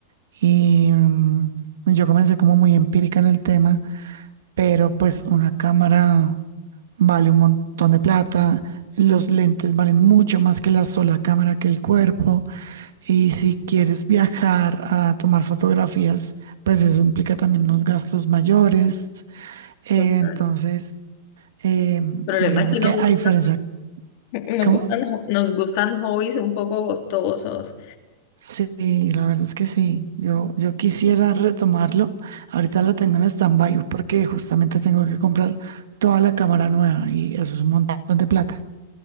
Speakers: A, on the right; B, on the left.
A: Y mm, yo comencé como muy empírica en el tema pero pues una cámara vale un montón de plata, los lentes valen mucho más que la sola cámara que el cuerpo, y si quieres viajar a tomar fotografías, pues eso implica también unos gastos mayores. Eh,
B: total.
A: entonces, eh,
B: El problema
A: digamos
B: es que nos,
A: que
B: gu-
A: a diferencia,
B: <laughs> nos
A: ¿cómo?
B: gustan, jo- nos gustan hobbies un poco costosos.
A: Sí, la verdad es que sí. Yo, yo quisiera retomarlo. Ahorita lo tengo en stand-by porque justamente tengo que comprar toda la cámara nueva y eso es un montón de plata.